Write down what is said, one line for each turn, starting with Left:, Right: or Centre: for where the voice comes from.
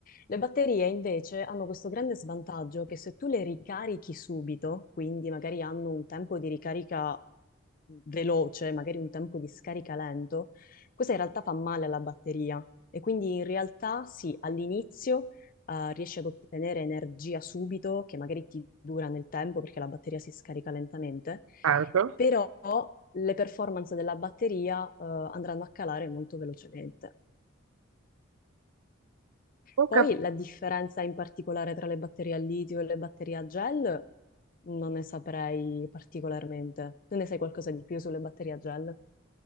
Left: Le batterie invece hanno questo grande svantaggio che se tu le ricarichi subito, quindi magari hanno un tempo di ricarica veloce, magari un tempo di scarica lento, questo in realtà fa male alla batteria e quindi in realtà sì, all'inizio eh, riesci ad ottenere energia subito, che magari ti dura nel tempo perché la batteria si scarica lentamente,
Right: Certo.
Left: però le performance della batteria eh, andranno a calare molto velocemente.
Right: Ho
Left: Poi
Right: capito.
Left: la differenza in particolare tra le batterie al litio e le batterie a gel non ne saprei particolarmente. Tu ne sai qualcosa di più sulle batterie a gel?